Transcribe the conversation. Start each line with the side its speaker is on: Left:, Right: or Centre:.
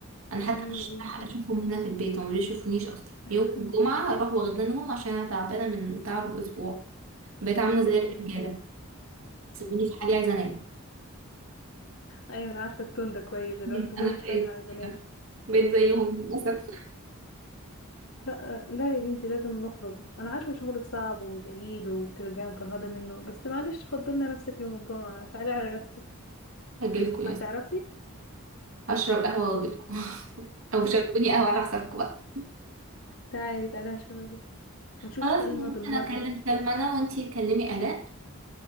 Right: أنا
Left: ياه
Right: حتى مش
Left: يا بنتي
Right: لاحقة أشوفهم هنا في البيت هما مبيشوفونيش أصلا
Left: <laughs>
Right: يوم الجمعة أروح واخدانهم عشان أنا تعبانة من تعب الأسبوع بقيت عاملة
Left: ياه
Right: زي الرجالة
Left: يا بنتي
Right: سيبوني في حالي عايزة أنام
Left: ايوه انا عارفة التون ده كويس اللي
Right: مم.
Left: هو سيبوني
Right: أنا
Left: في
Right: بقيت
Left: حالي انا عايزة
Right: كده
Left: انام
Right: بقيت زيهم للأسف
Left: لا لا يا بنتي لازم نخرج انا عارفه شغلك صعب وبعيد وبترجعي مفرهده منه بس معلش فضلنا نفسك يوم الجمعه تعالي على نفسك
Right: هجيلكوا
Left: هتعرفي
Right: هشرب قهوة واجيلكوا <laughs> او
Left: <laughs>
Right: شربوني قهوة على حسابكم بقى
Left: تعالي تعالي نشربك ونشوف
Right: خلاص
Left: سلمى
Right: ممكن
Left: بالمره
Right: اكلم سلمى انا وانتي كلمي آلاء